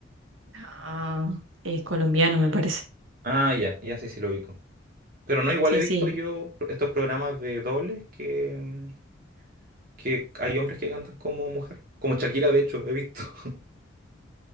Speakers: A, on the right; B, on the right.
A: Ah, es colombiano, me parece.
B: Ah, ya, ya sí, sí lo ubico. Pero no, igual
A: Sí,
B: he visto
A: sí.
B: yo pro- estos programas de dobles que, mm, que hay hombres que cantan como mujer. Como Shakira, de hecho, he visto. <laughs>